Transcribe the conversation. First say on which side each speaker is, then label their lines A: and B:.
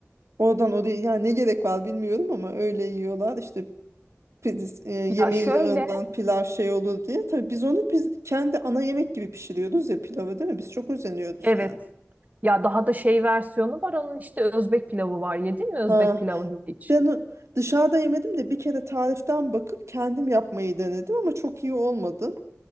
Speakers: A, on the right; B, on the right.
A: Oradan oraya yani ne gerek var bilmiyorum ama öyle yiyorlar. İşte priz- e, yemeğin
B: Ya şöyle.
A: yağından pilav şey olur diye. Tabii biz onu biz kendi ana yemek gibi pişiriyoruz ya pilavı değil mi? Biz çok özeniyoruz
B: Evet.
A: yani.
B: Ya daha da şey versiyonu var onun işte Özbek pilavı var. Yedin mi Özbek
A: Ha
B: pilavı hiç?
A: ben o- dışarıda yemedim de bir kere tariften bakıp kendim yapmayı denedim ama çok iyi olmadı.